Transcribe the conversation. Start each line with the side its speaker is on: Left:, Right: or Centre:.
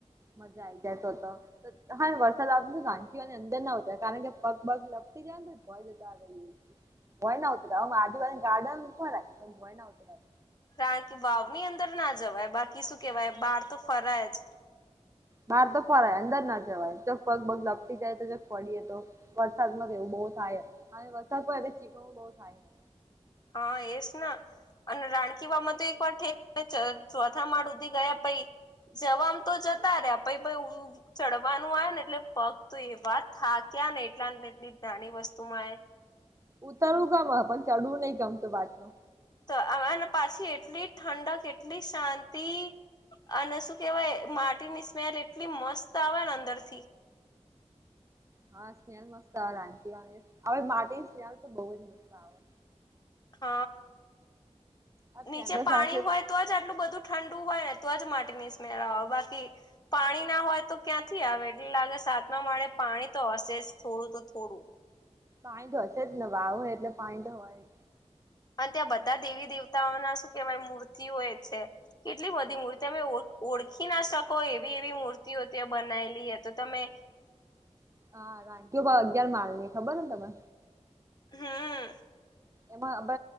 Right: મજા આઈ જાય તો તો હા વરસાદ આવતો રાણકીવાવ ની અંદર ના હોતા કારણ કે પગ બગ લપતી જાય તોને ભોય જતા હ ભોંય ના ઉતરાય આદિવાસી ગાર્ડન છે ને ભય ના ઉતરાય
Left: રણકીવાવની અંદર ના જવાય બાકી શું કેવાય બહાર તો ફરાય જ.
Right: બાર તો ફરાય અંદર ના જવાય પગ બગ લપજાય તો વરસાદમાં થ એવું બહુ થાય અને વરસાદ પ એ ખીચું બહુ ખાય
Left: હ એ જ ના અને રાણખીવામાં તો એક વાર ઠેક ચોથા માળ હુધી ગયા પછી જવામ તો જતા રેય પછી ચડવાનું હો ને એટલે પગ તો એવા થાક્યા! ને એટલા ને એટલી નાની વસ્તુ માં એ
Right: ઉતરવું ગમે પણ ચડવું નહી ગમતું પાછું
Left: તો આવ ને અને પાછી એટલી ઠંડક એટલી શાંતિ અને શું કેવાય માટીની સ્મેલ એટલી મસ્ત આવે ને અંદર થી
Right: હા સ્મેલ મસ્ત આવે આ વા હવે માટી ની સ્મેલ તો બહુજ મસ્ત આવે
Left: હ
Right: આ
Left: નીચે
Right: ફ્રેન્ડો
Left: પાણી
Right: સાથે
Left: હોય તો જ આટલું બધું ઠંડુ હોય તો જ માટી ની સ્મેલ આવે બાકી પાણી ના હોય તો ક્યાંથી આવે એટલે લાગે સાતમા માળે પાણી તો હશે જ થોડું તો થોડું
Right: પાણી તો હશે જ ને વાવ હોય એટલે પાણી તો હોય જ.
Left: અન ત્યાં બધા દેવી દેવતાઓના શું કેવાય મૂર્તિઓ હોય છે. કેટલી બધી મૂર્તિ તમે ઓ ઓળખી ના શકો એવી એવી મૂર્તિઓ ત્યાં બનાયેલી તો તમે
Right: હા રા અગિયાર બાળની ખબર ને તમે.
Left: હમ.
Right: એમાં બ